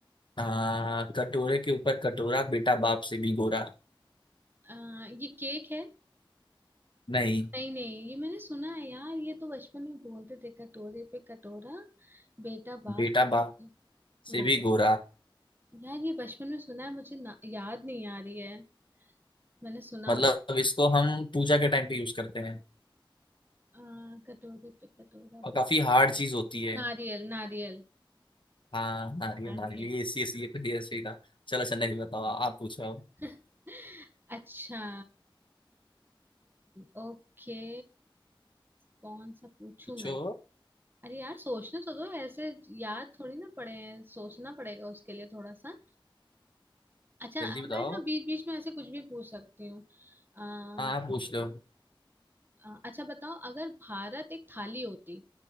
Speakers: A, on the left; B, on the right.
A: आ, कटोरे के ऊपर कटोरा बेटा बाप से भी गोरा
B: अ, ये केक है
A: नहीं
B: नहीं नहीं ये मैंने सुना है यार ये तो बचपन में बोलते थे कटोरे पे कटोरा बेटा बाप
A: बेटा बाप
B: की
A: से
B: गोरा
A: भी गोरा
B: यार ये बचपन में सुना है मुझे ना, याद नहीं आ रही है मैंने सुना
A: मतलब
B: हुआ-
A: इसको हम पूजा के टाइम पे यूज करते हैं
B: आ, कटोरे पे कटोरा
A: और काफी हार्ड चीज होती है
B: नारियल नारियल
A: हाँ नारियल
B: नारियल
A: नारियल ये ऐसी ऐसी ये ऐसे ही था चलो अच्छा नहीं बताओ आप पूछो
B: <laughs> अच्छा ओके कौन सा पूछूं
A: पूछो
B: मैं अरे यार सोचने तो दो ऐसे याद थोड़ी ना पड़े हैं सोचना पड़ेगा उसके लिए थोड़ा सा अच्छा
A: जल्दी
B: मैं
A: बताओ
B: ना बीच बीच में ऐसे कुछ भी पूछ सकती हूँ अ,
A: हाँ आप पूछ लो
B: अ, अच्छा बताओ अगर भारत एक थाली होती